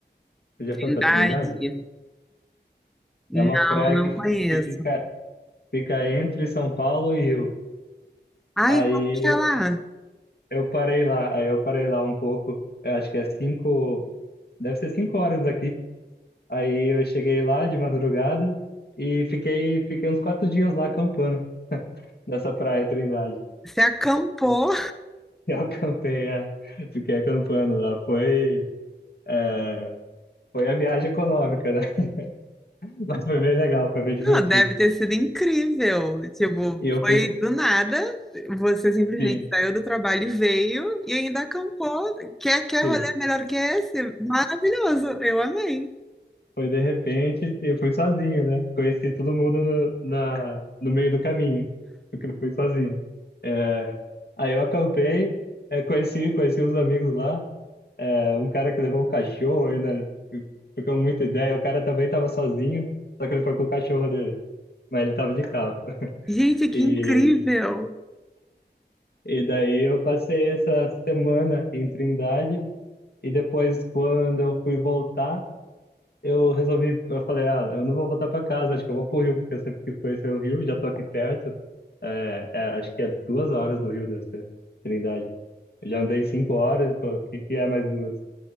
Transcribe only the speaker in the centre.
Trindade?
Não,
não
conheço.
Ai,
como que é
lá?
Você acampou?
Não, deve ter sido incrível. Tipo,
foi
do nada. Você simplesmente
saiu do trabalho e veio e ainda acampou. Quer, quer
rolê melhor que esse? Maravilhoso. Eu amei.
Gente, que
incrível.